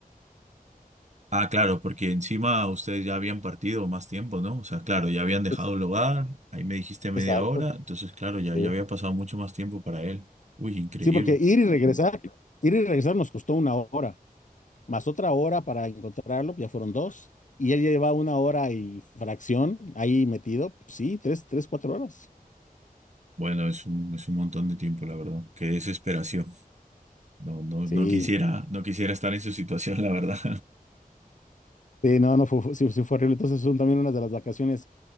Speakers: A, on the right; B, on the left.
A: Ah, claro, porque encima ustedes ya habían partido más tiempo, ¿no? O sea, claro, ya habían dejado
B: Es-
A: el hogar, ahí me dijiste media
B: Exacto.
A: hora, entonces, claro, ya,
B: Sí.
A: ya había pasado mucho más tiempo para él. Uy, increíble.
B: Sí, porque ir y regresar, ir y regresar nos costó una hora, más otra hora para encontrarlo, ya fueron dos, y él ya llevaba una hora y fracción ahí metido, pues sí, tres, tres, cuatro horas.
A: Bueno, es un, es un montón de tiempo, la verdad. Qué desesperación. No, no,
B: Sí.
A: no quisiera, no quisiera estar en su situación, la verdad.
B: Sí, no, no, fue, fue- sí, sí fue horrible. Entonces son también unas de las vacaciones,